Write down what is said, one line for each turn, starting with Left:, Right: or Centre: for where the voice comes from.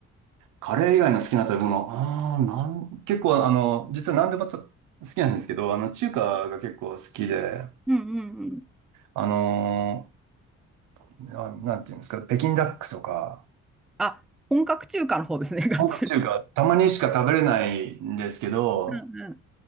Right: カレー以外の好きな食べ物、あーなん、結構あの、実は何でも好きなんですけど、あの、中華が結構好きで、
Centre: うんうんうん。
Right: あのーあ、なんていうんですか、北京ダックとか、
Centre: あ、本格中華の方ですね、がっつ
Right: 本格中華、たまにしか食べれないんですけど、
Centre: うんうん。